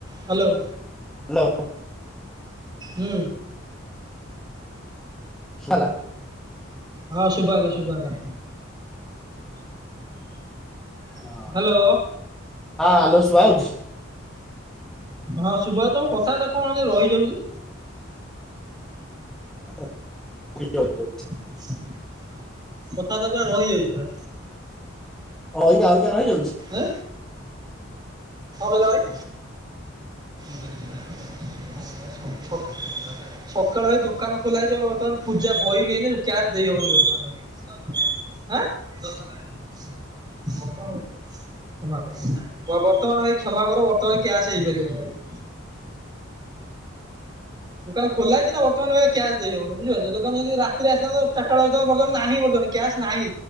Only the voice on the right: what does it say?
ହ୍ୟାଲୋ।
ହୁଁ।
ହଁ ଶୁଭାଗଲା ଶୁଭଗଲା।
ହ୍ୟାଲୋ
ହଁ ସୁଭାଉଛି ତମ କଥାବାର୍ତା କଣ ଏମିତି ରହିଯାଉଛି?
<inaudible> କଥାବାର୍ତ୍ତା ପୁରା ରହିଯାଉଛି ପୁରା।
ଆଁ କଣ କହିଲ ଭାଇ <unintelligible> ସ ସକାଳୁ ଭାଇ ଦୋକାନ ଖୋଲା ହେଇଚି ଏବେ ବର୍ତ୍ତମାନ ପୂଜା ବଇନି ହେଇନି କ୍ୟାସ୍ ଦେଇହବନି ବର୍ତ୍ତମାନ। <unintelligible> କ୍ଷମା କର ବର୍ତ୍ତମାନ ଭାଇ କ୍ଷମା କର ବର୍ତ୍ତମାନ କ୍ୟାସ ହେଇପାରିବନି। ଦୋକାନ ଖୋଲା ହେଇଛି ନା ବର୍ତମାନ ଭାଇ କ୍ୟାସ୍ ଦେଇହବନି ବୁଝିପାରୁଚ ଦୋକାନ ଯଦି ରାତି ରେ ଆସିଥାନ୍ତ ଚାର ଟା ବେଳେ ଆସିଥାନ୍ତ ବର୍ତ୍ତମାନ ନାହିଁ ବର୍ତ୍ତମାନ। କ୍ୟାସ୍ ନାହିଁ